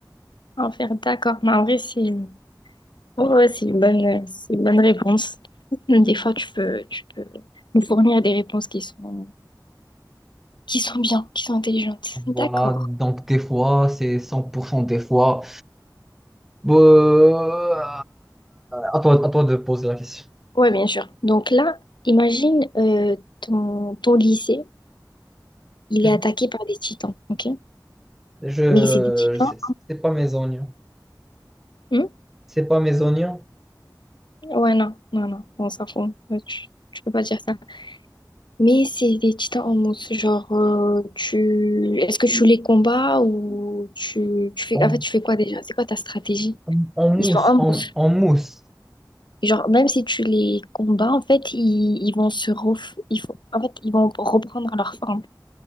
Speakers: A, on the left; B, in the centre.
A: En faire, d'accord. Mais en vrai, c'est ouais, ouais, c'est une bonne, euh, c'est une bonne réponse. Des fois, tu peux, tu peux nous fournir des réponses qui sont, qui sont bien, qui sont intelligentes. D'accord.
B: Voilà, donc des fois, c'est 100% des fois. Bon, Euh, à toi, à toi de poser la question.
A: Oui, bien sûr. Donc là, imagine euh, ton, ton lycée, il
B: Mhm.
A: est attaqué par des titans, ok?
B: Je,
A: Mais c'est des titans.
B: je sais, c'est pas mes oignons.
A: Hmm
B: C'est pas mes oignons.
A: Ouais, non, non, non, on s'en fout. Ouais, Tu, tu peux pas dire ça. Mais c'est des titans en mousse, genre euh, tu est-ce que tu joues les combats ou tu, tu fais
B: En,
A: en fait tu fais quoi déjà? C'est quoi ta stratégie?
B: en- en
A: Ils
B: mousse,
A: sont en
B: en,
A: mousse.
B: en mousse.
A: Et Genre même si tu les combats en fait ils, ils vont se ref... ils font- en fait ils vont reprendre leur forme.